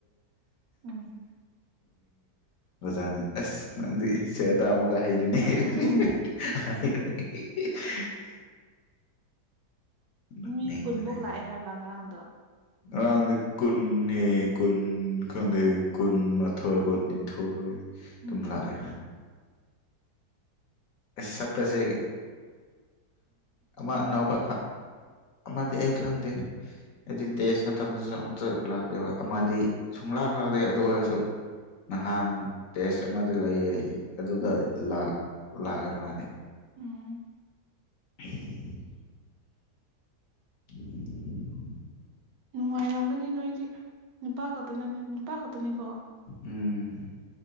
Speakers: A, on the right; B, on the left.
A: ꯎꯝ ꯎꯝ
B: ꯑꯣꯖꯥꯅ ꯑꯁ ꯅꯪꯗꯤ ꯁꯦꯟ ꯇꯥꯟꯕꯀꯥ ꯍꯩ <unintelligible>
A: ꯎꯝ
B: ꯅꯣꯛꯅꯤꯡꯕꯅꯦ
A: ꯃꯤ ꯀꯨꯟꯃꯨꯛ ꯂꯥꯛꯑꯦ ꯍꯥꯏꯕ ꯉꯔꯥꯡꯗꯣ
B: ꯉꯔꯥꯡꯗꯤ ꯀꯨꯟ ꯍꯦ ꯀꯨꯟ ꯈꯪꯗꯦ ꯀꯨꯟꯃꯥꯊꯣꯏ ꯀꯨꯟꯅꯤꯊꯣꯏ ꯇꯨꯝꯂꯥꯛꯑꯦ
A: ꯎꯝ
B: ꯁꯛꯀꯁꯦ ꯑꯃ ꯑꯅꯧꯕ ꯑꯃꯗꯤ ꯑꯩ ꯈꯪꯗꯦ ꯍꯥꯏꯗꯤ
A: ꯎꯝ
B: ꯇꯦꯁ ꯃꯇꯝ ꯁꯨ ꯑꯝꯇ ꯂꯥꯛꯇꯦꯕ ꯑꯃꯗꯤ ꯁꯨꯡꯂꯥꯛ ꯂꯥꯛꯇꯦ ꯑꯗꯨ ꯑꯣꯏꯔꯁꯨ ꯅꯍꯥꯟ ꯇꯦꯁ ꯑꯃꯗꯤ ꯂꯩꯌꯦ ꯑꯗꯨꯗ
A: ꯎꯝ
B: ꯂꯛ ꯂꯥꯛꯑꯦ ꯃꯥꯗꯤ
A: ꯎꯝ
B: <inaudible> <unintelligible>
A: ꯅꯨꯡꯉꯥꯏꯔꯝꯒꯅꯤ ꯅꯣꯏꯗꯤ ꯅꯨꯄꯥ ꯈꯛꯇꯅ ꯅꯨꯄꯥ ꯈꯛꯇꯅꯤꯀꯣ
B: ꯎꯝ